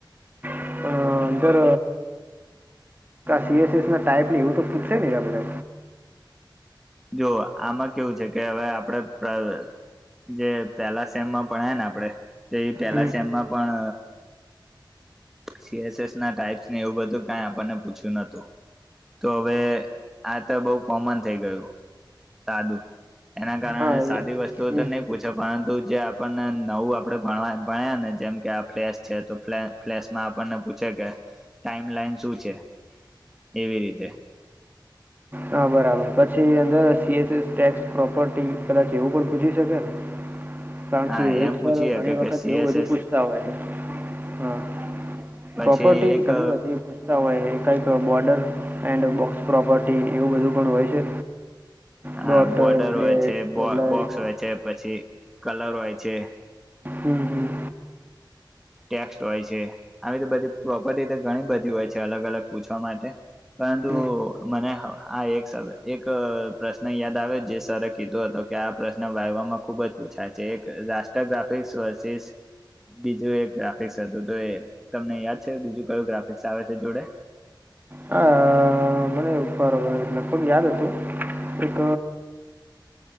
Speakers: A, on the right; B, in the centre.
A: પણ અંદર સીએસએસ ના ટાઈપ એવું તો પૂછસે નેે અપડે
B: જો આમાં કેવું છે કે હવે આપણેે <unintelligible> જે પેલા સેમમાં પણાય ને આપડે તો એ પેલા
A: હમ
B: સેમમાં પણ સીએસએસ ના ટાઈપ્સને એવું બધું કઈ આપણને પૂછ્યું નતું તો હવે આ તો બહુ કોમન થઈ ગયું સાદું એના કારણે
A: હા એ
B: સાદી વસ્તુઓ
A: હમ
B: તો નહી પૂછે પરંતુ જે આપણને નવું આપડણે ભણ ભણ્યા ને જેમ કે આ ફ્લેસ છે તો ફ્લ ફ્લેશમાં આપણને પૂછે કે ટાઈમ લાઈન શું છે, એવી રીતે
A: હા બરાબર પછી અંદર સીએસએસ ટેક્સ પ્રોપર્ટી કદાચ એવું પણ પૂછી શકે ને કારણ
B: હા
A: કે એ
B: એમ
A: જ
B: પૂછીએ
A: સર ઘણી
B: કે
A: વખત
B: કે સીએસએસ
A: એવું બધું પૂછતા હોય હે હા
B: પછી
A: પ્રોપર્ટી
B: એક
A: ઘણી બધી પૂછતા હોય હે કઈક બોર્ડર એન્ડ બોક્સ પ્રોપર્ટી એવું બધું પણ હોય છે.
B: હા
A: ડોટ
B: બોર્ડર
A: ડેશ
B: હોય છે,
A: સોલર
B: બોક્સ હોય છે, પછી કલર હોય છે
A: હમ્મ હમ્મ
B: ટેક્સ્ટ હોય છે આવી તો બધી પ્રોપર્ટી ઘણી બધી હોય છે અલગ અલગ પૂછવા માટે પરંતુ
A: હમ
B: મને આ એક શબ્દ, એક પ્રશ્ન યાદ આવે જે સર રે કીધો હતો કે આ પ્રશ્ન વાઇવામાં ખુબ જ પૂછાય છે એક રાષ્ટ્રગ્રાફિકસ વર્સિસ બીજું એક ગ્રાફિક્સ હતું તો એ તમને યાદ છે બીજું કયું ગ્રાફિક્સ આવે છે જોડે
A: આ લગભગ યાદ હતો હતું એક